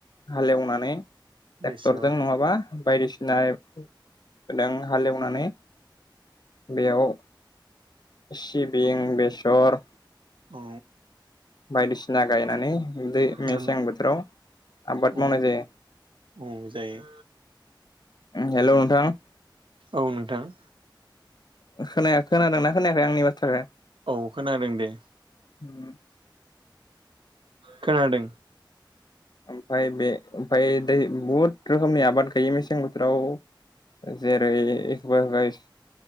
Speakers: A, on the left; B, on the right.
A: हालेवनानै
B: बेसर
A: ट्रेक्टरजों नङाबा बायदिसिनादों हालेवनानै बेयाव सिबिं, बेसर
B: औ।
A: बायदिसिना गायनानै दै मेसें
B: उम
A: बोथोराव आबाद
B: औ
A: मावनाय जायो।
B: औ जायो
A: हेल' नोंथां।
B: औ नोंथां।
A: ओ खोनाया खोनादोंना खोनायाखै आंनि बाथ्राखो?
B: औ खोनादों दे।
A: ओम।
B: खोनादोंं।
A: ओमफाय बे ओमफाय दै बहुद रोखोमनि आबाद गायो मेसें बोथोराव जेरै
B: औ
A: एखवाराइस